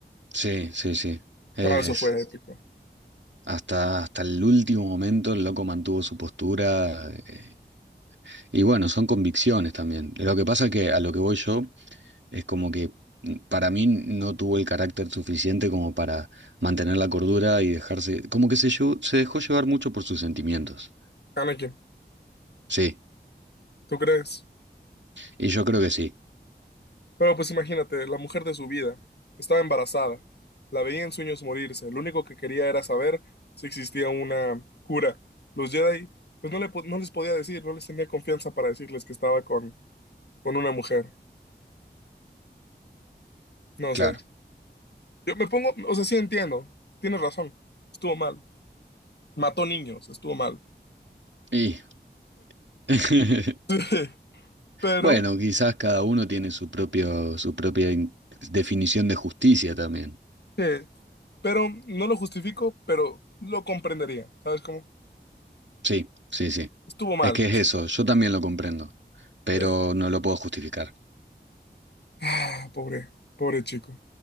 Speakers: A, on the right; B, on the left.
A: Sí, sí, sí. Es,
B: Ah, eso fue épico.
A: hasta, hasta el último momento el loco mantuvo su postura. eh, y bueno, son convicciones también. Lo que pasa es que a lo que voy yo es como que mm, para mí no tuvo el carácter suficiente como para mantener la cordura y dejarse, como que se, llevó- se dejó llevar mucho por sus sentimientos.
B: Anakin,
A: Sí,
B: ¿tú crees?
A: y yo creo que sí,
B: Pero pues imagínate, la mujer de su vida estaba embarazada, la veía en sueños morirse, lo único que quería era saber si existía una cura. Los Jedi, pues no, le, po- no les podía decir, no les tenía confianza para decirles que estaba con, con una mujer. No
A: claro.
B: sé. Yo me pongo, o sea, sí entiendo, tienes razón, estuvo mal. Mató niños, estuvo mal.
A: Y... <laughs>
B: <laughs> Pero,
A: Bueno, quizás cada uno tiene su propio, su propia in- definición de justicia también.
B: ¿qué? Pero no lo justifico, pero lo comprendería, ¿sabes cómo?
A: Sí, sí, sí.
B: Estuvo mal,
A: Es que es
B: sí.
A: eso, yo también lo comprendo, pero
B: Eh,
A: no lo puedo justificar.
B: <sighs> ah, pobre, pobre chico.